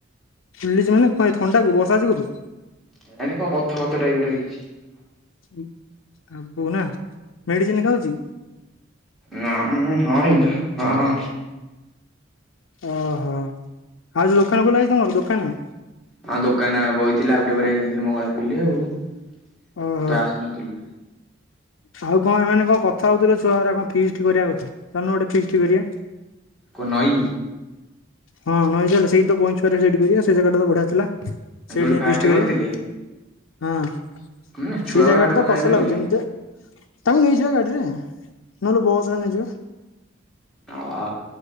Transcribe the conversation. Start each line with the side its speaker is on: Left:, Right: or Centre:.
Left: ଫୁଲିଚି ମାନେ କଣ ଏ ଥଣ୍ଡାକୁ ବର୍ଷା ଯୋଗୁରୁ?
Centre: କେୟାଣି କଣ ବଥ ଫଥ ଟାଇପର ହେଇଚି।
Left: ଉ ଆ ବୁବୁନା ମେଡିସିନ ଖାଉଚି?
Centre: ନାଁ ମୁଁ ହଁ ଏନା ହଁ।
Left: ଓହୋ ଆଉ ଯୋଉ ଦୋକାନ ଖୋଲା ହେଇଚି ତମର ଦୋକାନ?
Centre: ଆମ ଦୋକାନରେ ବା ବଇଥିଲି ଆଉ ଟିକେ ପରେ ଏଇ ମଙ୍ଗଳା ଫେରିଲି ଆଉ।
Left: ଓହୋ।
Centre: ତୁ ତ ଆସିନଥିଲୁ
Left: ଆଉ କଣ ଏମାନେ କଣ କଥା ହୋଉଥିଲେ ଛୁଆଉରା କଣ ଫିଷ୍ଟ କରିବା କଥା ଚାଲୁନୁ ଗୋଟେ ଫିଷ୍ଟି କରିବା।
Centre: କଣ ନଈ?
Left: ହଁ ନଈ ଚାଲେ ସେଇତ ବଇଁଚ କରିଆ ସେଇଠି କରିବେ ସେଇ ଜାଗାଟା ତ ବଢିଆଥିଲା ସେଇଠି
Centre: ଯୋଉଠି
Left: ଯାଇଁ
Centre: ଫାଷ୍ଟ
Left: ଫିଷ୍ଟ କରିବା।
Centre: କରିଥିଲେ
Left: ହଁ
Centre: ହୁଁ ଛୁଆଗୁରା
Left: ସେ ଜାଗାଟା
Centre: ହାଡେ
Left: ତ
Centre: କଣ
Left: କଷ
Centre: ଯାଇପାରିବେ।
Left: ଲାଗୁଚି ଯେମିତି ତାକୁ ନେଇଯିବା ଗାଡିରେ ନହେଲେ ବସରେ ନେଇଯିବା।
Centre: ଆ